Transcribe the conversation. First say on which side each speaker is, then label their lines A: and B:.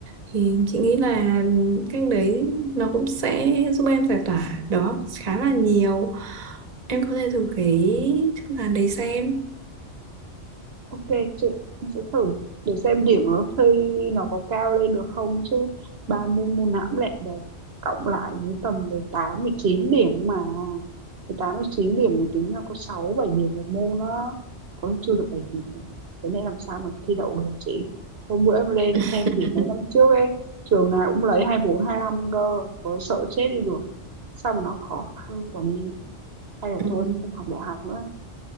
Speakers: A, on the right (about 35°); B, on the right (about 60°).
A: thì chị nghĩ là cách đấy nó cũng sẽ giúp em giải tỏa đó khá là nhiều em có thể thử cái phương án đấy xem
B: Ok chị, em sẽ thử để xem điểm nó thi nó có cao lên được không chứ ba môn môn nào cũng đẹp đẹp cộng lại cũng tầm 18 chín điểm mà 18 chín điểm thì tính là có 6 7 điểm một môn đó có khi chưa được 7 điểm nữa thế nên làm sao mà thi đậu được hả chị hôm bữa em lên xem
A: <laughs>
B: điểm mấy năm trước ấy trường nào cũng lấy hai bốn hai 25 cơ có sợ chết đi được sao mà nó khó khăn quá đi hay là
A: Ừ.
B: thôi em không học đại học nữa